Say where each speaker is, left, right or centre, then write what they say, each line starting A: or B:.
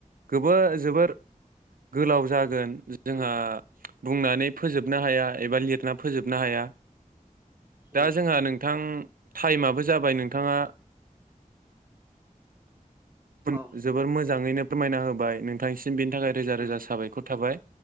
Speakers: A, on the right; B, on the right.
A: गोबो जोबोर गोलाव जा गोन जोंहा
B: उम
A: बुंनानै फोजोबनो हाया एबा लिरना फोजोबनो हाया। दा
B: उम
A: जोंहा नोंथां टाइमाबो जाबाय नोंथाङा बुन
B: औ
A: जोबोर मो मोजाङैनो फोरमायना होबाय नोंथांसि म बेनि थाखाय रोजा
B: उम
A: रोजा साबायखर थाबाय।